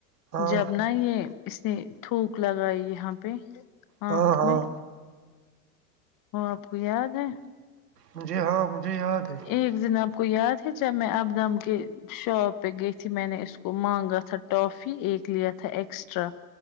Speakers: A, on the right; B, on the left.
A: ہاں
B: جب نا یہ اس نے تھوک لگائی یہاں پہ
A: ہاں
B: آنکھ
A: ہاں
B: میں وہ آپ کو یاد ہے
A: مجھے ہاں مجھے یاد ہے
B: ایک دن آپ کو یاد ہے جب میں ابدم کے شاپ پہ گئی میں نے اس کو مانگا تھا ٹافی ایک لیا تھا ایکسٹرا